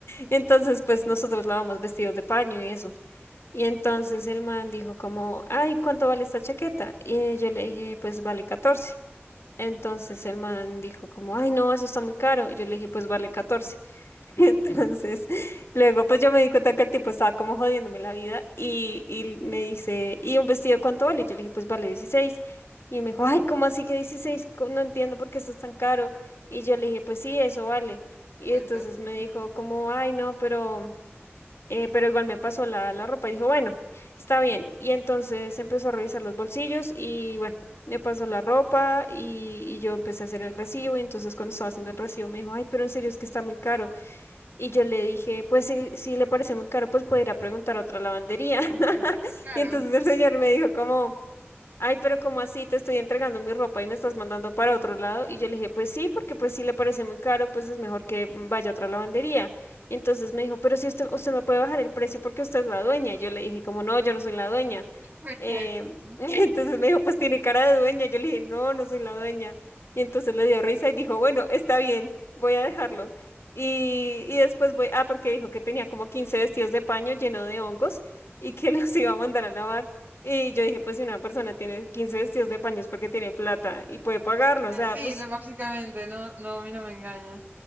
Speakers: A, on the left (about 65°); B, on the right (about 40°).
A: Entonces pues nosotros lavamos vestidos de paño y eso. Y entonces el man dijo como, ay, ¿cuánto vale esta chaqueta? Y yo le dije, pues vale catorce entonces el man dijo como, ay, no, eso está muy caro. Y yo le dije, pues vale 14. <laughs> Entonces, luego pues yo me di cuenta que el tipo estaba como jodiéndome la vida y, y me dice, ¿y un vestido cuánto vale? Y yo le dije, pues vale dieciséis Y me dijo, ay, ¿cómo así que dieciséis Co- No entiendo por qué eso es tan caro. Y yo le dije, pues sí, eso vale.
B: te
A: Y
B: cuentas.
A: entonces me dijo como, ay, no, pero eh, pero igual me pasó la, la ropa y dijo, bueno, está bien. Y entonces empezó a revisar los bolsillos y bueno, me pasó la ropa y, y yo empecé a hacer el recibo. Y entonces cuando estaba haciendo el recibo me dijo, ay, pero en serio es que está muy caro. Y yo le dije, pues si, si le parece muy caro, pues puede ir a preguntar a otra lavandería. <laughs>
B: Claro,
A: Y entonces el señor me dijo como... Ay, pero ¿cómo así? Te estoy entregando mi ropa y me estás mandando para otro lado. Y yo le dije, pues sí, porque pues si le parece muy caro, pues es mejor que vaya a otra lavandería. Entonces me dijo, pero si usted, usted me puede bajar el precio porque usted es la dueña. Y yo le dije, como no, yo no soy la dueña.
B: <laughs> pues
A: Em,
B: ya, ¿no?
A: <laughs> entonces me dijo, pues tiene cara de dueña. Yo le dije, no, no soy la dueña. Y entonces le dio risa y dijo, bueno, está bien, voy a dejarlo. Y, y después voy, ah, porque dijo que tenía como 15 vestidos de paño lleno de hongos y que <laughs> los iba a mandar a lavar. Y yo dije, pues si una persona tiene 15 vestidos de paños porque tiene plata y puede pagarlo,
B: Eh,
A: o sea,
B: Sí,
A: pues
B: lo- básicamente, no, no, a mí no me engaña.